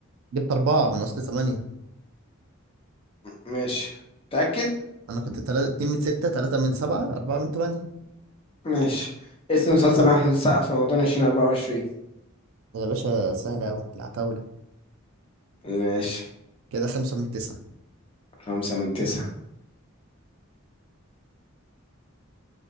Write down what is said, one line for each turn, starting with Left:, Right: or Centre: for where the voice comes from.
Right: جبت أربعة من أصل تمانية
Left: ماشي متأكد
Right: أنا كنت تلاتة اتنين من ستة تلاتة من سبعة أربعة من تمانية
Left: ماشي اسم مسلسل أحمد السقا في رمضان 2024
Right: يا باشا سهلة أوي العتاولة
Left: ماشي
Right: كده خمسة من تسعة
Left: خمسة من تسعة